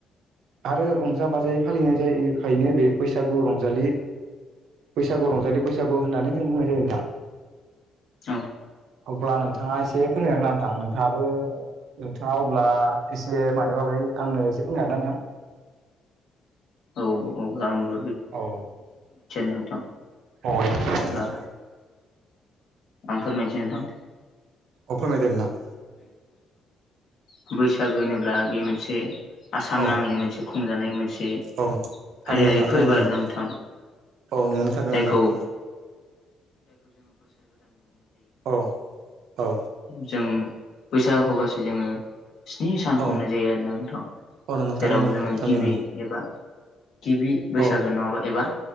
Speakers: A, on the right; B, on the left.
A: आरो रंजा बाजायै फालिनाय जायोखायनो बे बैसागु रंजालि बैसागु रंजालि बैसागु होननानै जों बुंनाय जायो नोंथां
B: औ
A: अब्ला नोंथाङा एसे फोरमायनानै होना नोंथाङाबो नोंथाङा अब्ला एसे मानिबा मानिबा आंनो एसे फोरमायनो हागोन ना नोंथां बाहाय
B: औ अब्ला आंबो।
A: औ
B: नोंथां
A: औ दे औ नोंथां
B: अब्ला। आं फोरमायनोसै नोंथां।
A: अ फोरमायदो नोंथां।
B: औ बैसागो होनोब्ला बे मोनसे आसाम
A: औ
B: नाङैनो मोनसे खुंजानाय मोनसे
A: औ थारैनो
B: हारियारि
A: नोंथां
B: फोरबो
A: थारैनो
B: आरो
A: नंगौ
B: नोंथां।
A: औ नोंगौ थारैनो
B: जायखौ
A: नोंथां औ औ
B: जोङो। बैसागखौ गासै जोङो। स्नि‌सान
A: औ
B: खुंनाय जायो‌ आरोना नोंथां
A: औ नोंगौ थारैनो
B: जेराव जों
A: नोंथां थारैनो
B: गिबि
A: नंगौ
B: एबा गिबि बैसागो
A: औ
B: नंङबा एबा